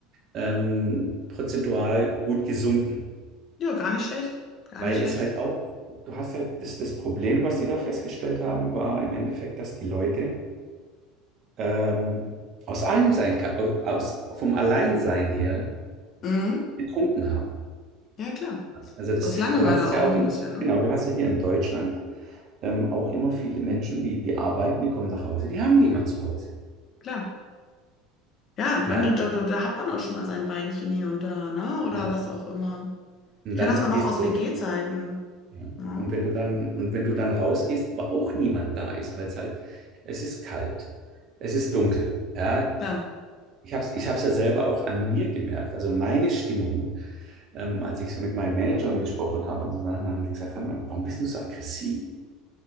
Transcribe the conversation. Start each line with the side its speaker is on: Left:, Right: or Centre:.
Right: ähm, prozentual gut gesunken,
Left: ja, gar nicht schlecht, gar
Right: weil
Left: nicht schlecht.
Right: es halt auch, du hast halt, das, das Problem, was sie da festgestellt haben, war im Endeffekt, dass die Leute ähm, aus allem sein, aus, vom Alleinsein her
Left: Mm,
Right: getrunken haben.
Left: ja, klar.
Right: Also das,
Left: Aus Langeweile
Right: du hast es
Left: auch
Right: ja auch
Left: so ein
Right: in,
Left: bisschen, ne?
Right: genau, du hast ja hier in Deutschland ähm, auch immer viele Menschen, die, die arbeiten, die kommen nach Hause, die haben niemand zu Hause.
Left: Klar. Ja, dann,
Right: Ja,
Left: da, da, da hat man auch schon mal sein Weinchen hier und da, ne? Oder
Right: ja.
Left: was auch immer.
Right: Und
Left: Ich kann
Right: dann
Left: das auch noch
Right: gehst
Left: aus
Right: du,
Left: WG-Zeiten.
Right: ja.
Left: Ja,
Right: Und wenn du dann, und wenn du dann rausgehst, aber auch niemand da ist, weil es halt, es ist kalt, es ist dunkel. Ja,
Left: klar.
Right: ich habe es ich hab's ja selber auch an mir gemerkt. Also meine Stimmung, ähm, als ich so mit meinen Managern gesprochen habe und so Sachen, dann haben die gesagt, warum bist du so aggressiv?